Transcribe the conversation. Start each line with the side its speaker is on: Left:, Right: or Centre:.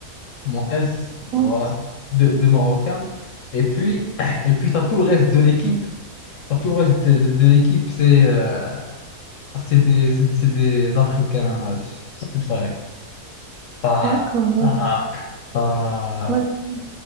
Left: mon S,
Right: ouais.
Left: voilà, de, de Marocains. Et puis, <clears throat> et puis tu as tout le reste de l'équipe. T'as tout le reste de, de- de l'équipe, c'est euh, c'est des, c'est des, c'est des Africains euh, subsahariens. T'as,
Right: D'accord, wow.
Left: t'as, t'as,
Right: Ouais, ouais.